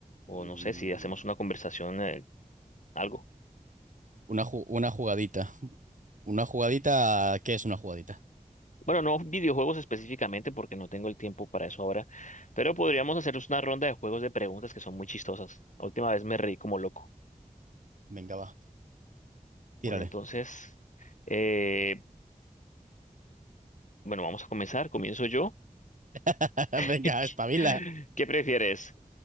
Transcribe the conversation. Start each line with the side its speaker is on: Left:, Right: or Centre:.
Left: o
Right: Mm,
Left: no sé si hacemos una conversación, eh, algo.
Right: Una, ju- una jugadita. Una jugadita. ¿Qué es una jugadita?
Left: Bueno, no videojuegos específicamente porque no tengo el tiempo para eso ahora, pero podríamos hacernos una ronda de juegos de preguntas que son muy chistosas. La última vez me reí como loco.
Right: Venga, va. Tírale.
Left: Bueno, entonces, eh, bueno, vamos a comenzar. Comienzo yo.
Right: <laughs>
Left: <laughs>
Right: Venga,
Left: ¿Qué
Right: espabila.
Left: qué prefieres?